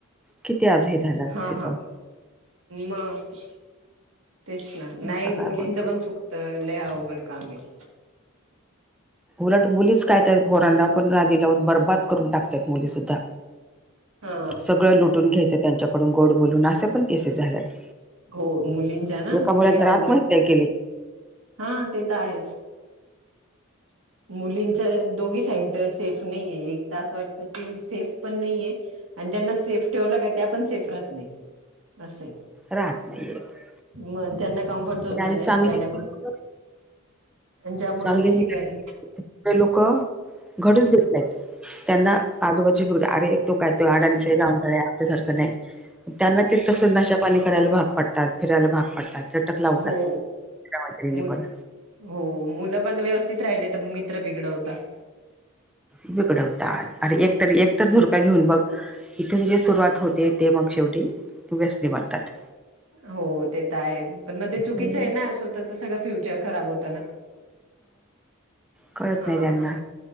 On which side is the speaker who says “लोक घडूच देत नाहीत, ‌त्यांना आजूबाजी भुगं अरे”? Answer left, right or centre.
Centre